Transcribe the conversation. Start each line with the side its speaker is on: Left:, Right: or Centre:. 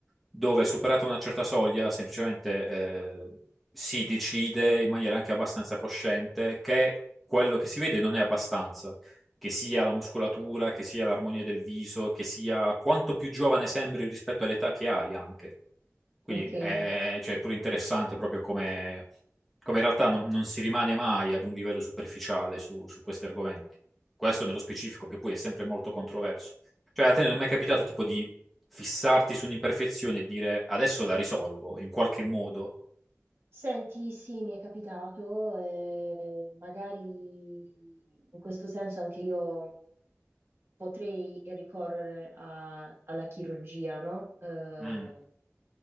Centre: dove superata una certa soglia semplicemente eh, si decide in maniera anche abbastanza cosciente che quello che si vede non è abbastanza che sia la muscolatura, che sia l'armonia del viso, che sia quanto più giovane sembri rispetto all'età che hai anche. Quindi
Right: Ok.
Centre: è cioè, è pure interessante proprio come, come in realtà non, non si rimane mai ad un livello superficiale su, su questi argomenti. Questo nello specifico, che poi è sempre molto controverso. Cioè, a te non è mai capitato tipo di fissarti su un'imperfezione e dire adesso la risolvo in qualche modo?
Right: Senti, sì, mi è capitato, eh, magari in questo senso anche io potrei ricorrere a- alla chirurgia, no? Eh,
Centre: Mm,